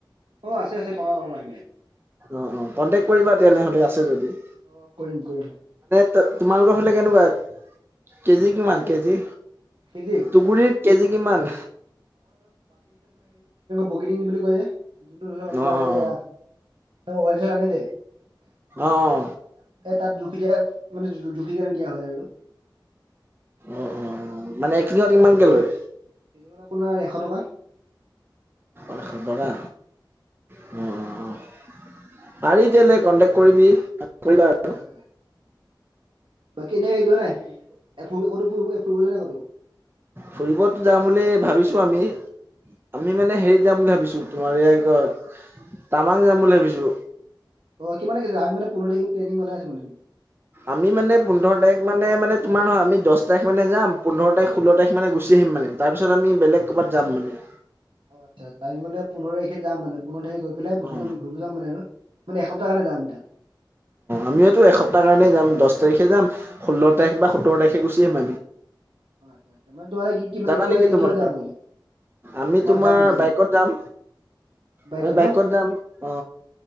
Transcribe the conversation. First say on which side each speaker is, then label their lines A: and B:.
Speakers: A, on the right; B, on the right.
A: অ আছে আছে পাবা পাবা।
B: অ অ কণ্টেক্ট কৰিবা তেনেহলে আছে যদি।
A: অ কৰিম কৰিম।
B: ত তোমালোকৰ ফালে কেনেকুৱা, কেজি কিমান কেজি,
A: কেজি
B: দুুগুৰিত কেজি কিমান?
A: বগীতিং বুলি কয় যে যোনটো
B: অ',
A: ধৰক আপোনাৰ
B: অ',
A: এয়া অইল <unintelligible> আনে যে
B: অ', অ',
A: তাত জুখি দিয়ে মানে জুখি কিনে দিয়া হয় আৰু।
B: অ', অ' মানে <unintelligible> কিমানকে লয়?
A: <unintelligible> আপোনাৰ এশ টকা।
B: এশ টকা। <unintelligible> পাৰি <unintelligible> কণ্টেক্ট কৰিবি। কৰিবা আৰু
A: হয়-হয় বাকি এনেই যোৱা নাই? এ ফুৰিব ক'তো ফুৰিব ফুৰিব লৈ নাই ক'তো।
B: ফুৰিবতো যাম বুলি ভাবিছো আমি। আমি মানে হেৰিত যাম বুলি ভাবিছো তোমাৰ এয়া কি কই টাৱাং যাম বুলি ভাবিছো।
A: অ' <unintelligible> আমি মানে পোন্ধৰ তাৰিখে প্লেনিং বনাই আছোঁ মানে।
B: আমি মানে পোন্ধৰ তাৰিখ মানে-মানে তোমাৰ নহয় আমি দছ তাৰিখ <unintelligible> যাম পোন্ধৰ তাৰিখ ষোল্ল তাৰিখ মানে গুচি আহিম মান তাৰ পিছত আমি বেলেগ ক'বাত যাম মানে।
A: অ' আচ্ছা <unintelligible> মানে পোন্ধৰ তাৰিখে যাম মানে পোন্ধৰ তাৰিখে গৈ পেলাই বস্তুটো
B: অ
A: আমি ঘূৰিব যাম মানে আৰু মানে এক সপ্তাহ কাৰণে যাম আমি তাত।
B: আমিও টো এসপ্তাহ কাৰণে যাম দচ <unintelligible> তাৰিখে যাম ষোল্ল তাৰিখ বা সোতৰ তাৰিখে গুচি আহিম আমি।
A: অ' আচ্ছ-আচ্ছা তোমালোকে কি কি মানে
B: যাবা নেকি তোমালোকে
A: কিহত যাবা মানে?
B: আমি
A: অ'
B: তোমাৰ
A: জাম জাম।
B: বাইকত যাম
A: বাইকত
B: আমি
A: ন
B: যাম অ